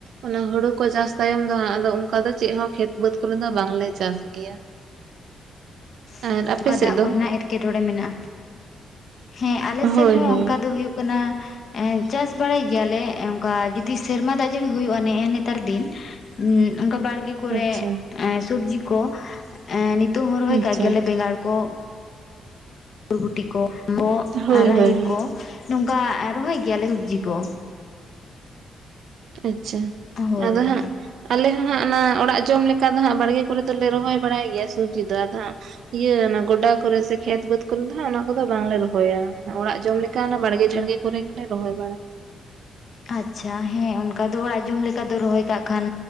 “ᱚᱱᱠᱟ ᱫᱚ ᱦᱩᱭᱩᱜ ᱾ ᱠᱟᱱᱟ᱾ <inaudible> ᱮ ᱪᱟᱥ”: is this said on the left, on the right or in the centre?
Left